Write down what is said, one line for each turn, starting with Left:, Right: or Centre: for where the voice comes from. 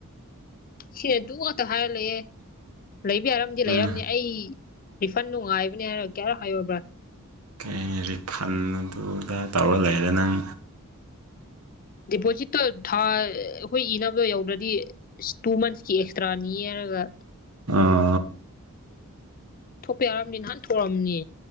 Left: ꯁꯤꯑꯦ ꯑꯗꯨ ꯉꯥꯛꯇ ꯍꯥꯏꯔ ꯂꯩꯑꯦ ꯂꯩꯕ ꯌꯥꯔꯝꯗꯤ ꯂꯩꯔꯝꯅꯤ
Right: ꯎꯝ
Left: ꯑꯩ ꯔꯤꯐꯟꯗꯣ ꯅꯨꯡꯉꯥꯏꯕꯅꯦ ꯍꯥꯏꯔ ꯀꯌꯥꯔꯛ ꯍꯥꯏꯌꯣꯕ꯭ꯔꯥ
Right: ꯀꯩ ꯔꯤꯐꯟ ꯑꯗꯨ ꯑꯥꯗꯥ ꯇꯧꯔ ꯂꯩꯔꯦ ꯅꯪ
Left: ꯗꯤꯄꯣꯖꯤꯠꯇꯣ ꯊꯥ ꯑꯩꯈꯣꯏ ꯏꯅꯕꯗꯣ ꯌꯧꯗ꯭ꯔꯗꯤ ꯏꯁ ꯇꯨ ꯃꯟꯁꯀꯤ ꯑꯦꯛꯁꯇ꯭ꯔꯥ ꯅꯤꯌꯦ ꯍꯥꯢꯔꯒ
Right: ꯑ
Left: ꯊꯣꯛꯄ ꯌꯥꯔꯝꯅꯤ ꯅꯍꯥꯟ ꯊꯣꯛꯔꯝꯅꯤ